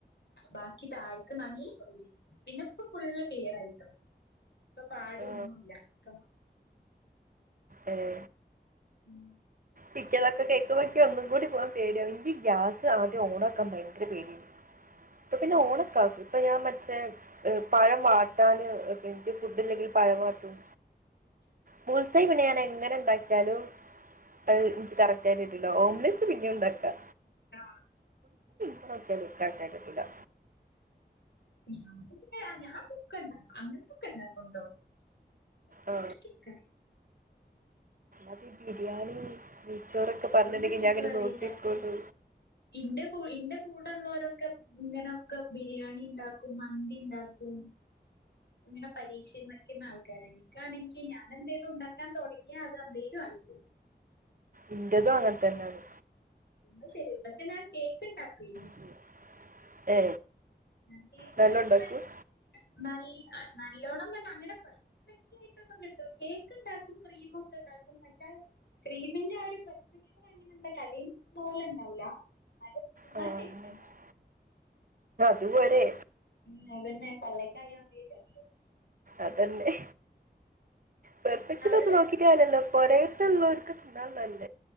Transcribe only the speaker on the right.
ആ
ഏ <unintelligible>
കേക്കുമ്പ ഇക്കൊന്നും കൂടി പോവാൻ പേടിയാവാ ഇക്ക് ഗ്യാസ് ആദ്യം ഓണൊക്കെണ്ടായ്ന്ന് എത്ര പേടി പ്പ
പിന്നെ ഓണൊക്കാക്കും ഇപ്പൊ ഞാൻ മറ്റേ പഴം വാട്ടാന് ഇൻക്ക് ഫുഡ് ഇല്ലെങ്കിൽ പഴം വാട്ടും <unintelligible> <unintelligible> പിന്നെ ഞാൻ എങ്ങനെണ്ടാക്കിയാലും അയ് കറക്ററായിട്ട് ട്ടൂല ഓംലെറ്റ് പിന്നെണ്ടാക്ക
<unintelligible> കറക്റ്റായിട്ട് കിട്ടൂലാ
ആ അതീ ബിരിയാണി നെയ്ച്ചോറൊക്കെ
പറഞ്ഞിട്ടുണ്ടെങ്കിൽ
ഞാൻ അങ്ങനെ
നോക്കിയിട്ടുണ്ട്
ഇൻ്റതും അങ്ങനെ തന്നാണ്
ചെയ്യും. ഏ
നല്ല
ഉണ്ടാക്കും
ആ,
എന്നാ
അതുപോരെ
അതന്നെ പെർഫ്ക്ഷനൊക്കെ
നോക്കിട്ട് കാര്യല്ലോ <unintelligible> ഉള്ളോർക്ക് താ നല്ല